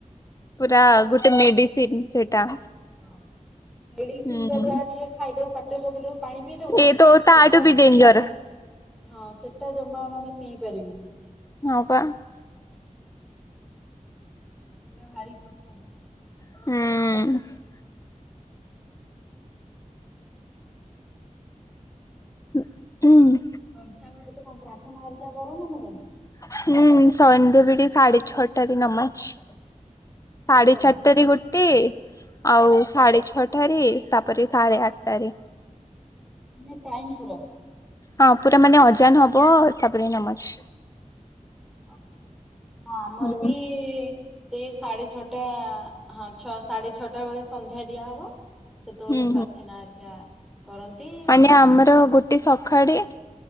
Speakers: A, on the left; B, in the centre.
A: ପୁରା ଗୋଟେ ମେଡିସିନ ସେଟା।
B: ହଁ। ମେଡିସିନ
A: ହୁଁ
B: ତ ଯାହା ଟିକେ ଖାଇଦବୁ ପାଟିରେ ପକେଇ ଦବୁ ପାଣି ପିଇ ଦବୁ
A: ଏ ତ
B: ସେଟା
A: ତାଠୁ ବି ଡେଞ୍ଜର
B: ଜମା ହଁ ସେଟା ଜମା ମାନେ ପିଇ ପାରିବୁନି।
A: ହଁ ପା।
B: ସେଟା ଭାରି କଷ୍ଟ।
A: ହୁଁ। ଉୁଁହୁଁ,।
B: ସନ୍ଧ୍ୟା ବେଳେ କଣ ପ୍ରାର୍ଥନା ହରିକା କରଉ ନା ନାହିଁ।
A: ହୁଁ ସନ୍ଧ୍ୟାବେଳେ ଠିକ ସାଢେ ଛଅଟାରେ ନମାଜ।
B: ନମାଜ
A: ସାଢେ
B: ପଢ
A: ଚାରିଟା ଗୋଟେ, ଆଉ ସାଢେ
B: ହଁ
A: ଛଅ ଟା ରେ ତାପରେ ସାଢ଼େ ଆଠଟାରେ।
B: ମାନେ ଟାଇମ ପୁରା।
A: ହଁ ପୁରା ମାନେ ଅଜାନ ହବ ତାପରେ ନମାଜ।
B: ଓହୋ, ହଁ ଆମର
A: ହୁଁ
B: ବି ସେଇ ସାଢେ ଛଅଟା ହଁ ଛ ସାଢେ ଛଅଟା ବେଳେ ସନ୍ଧ୍ୟା ଦିଆହବ ସେତେବେଳେ
A: ହୁଁ
B: ପ୍ରାର୍ଥନା ଆରିକା କରନ୍ତି
A: ଆଜ୍ଞା, ଆମର ଗୋଟେ ସକାଳେ